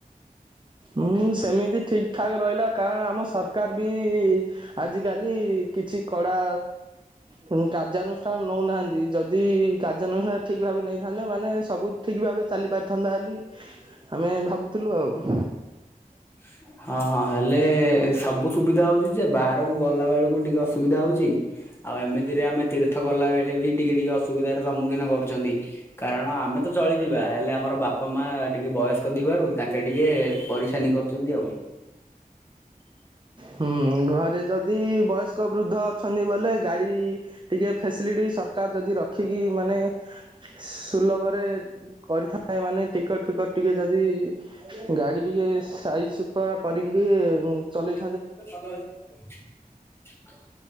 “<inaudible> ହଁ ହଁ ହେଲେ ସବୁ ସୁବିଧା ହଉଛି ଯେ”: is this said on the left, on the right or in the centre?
Left